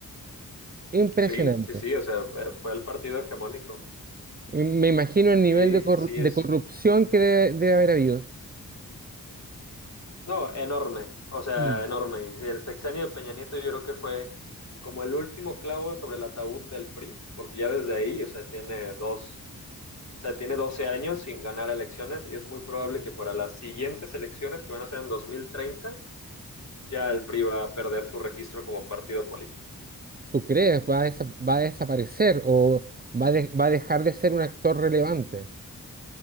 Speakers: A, on the right; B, on the left.
A: Impresionante.
B: sí, sí, sí, o sea, fue fue el partido hegemónico.
A: Me imagino el nivel
B: Sí,
A: de, corru-
B: sí, sí,
A: de
B: es,
A: corrupción que debe, debe haber habido.
B: no, enorme, o sea,
A: Mm.
B: enorme. Y sí, el sexenio de Peña Nieto yo creo que fue como el último clavo sobre el ataúd del PRI, porque ya desde ahí, o sea, tiene dos O sea, tiene 12 años sin ganar elecciones y es muy probable que para las siguientes elecciones que van a ser en 2030 ya el PRI va a perder su registro como partido político.
A: ¿Tú crees? ¿Va a, desa- va a desaparecer o va, a de- va a dejar de ser un actor relevante?